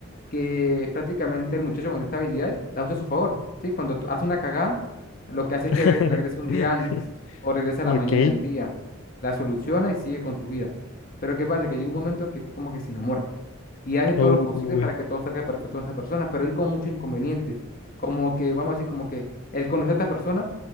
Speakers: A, on the left; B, on the left.
A: Que prácticamente el muchacho con esta habilidad la usa a su favor, ¿sí? Cuando tú- hace una cagada, lo que hace
B: <laughs>
A: es que re- regresa un día antes o regresa a
B: Ok.
A: la mañana del día, la soluciona y sigue con su vida. Pero ¿qué pasa? Que llega un momento que como que se enamora y hace todo
B: Uy.
A: lo posible para que todo salga perfecto con esa persona, pero hay como muchos inconvenientes, como que, vamos a decir, como que el conocer a esta persona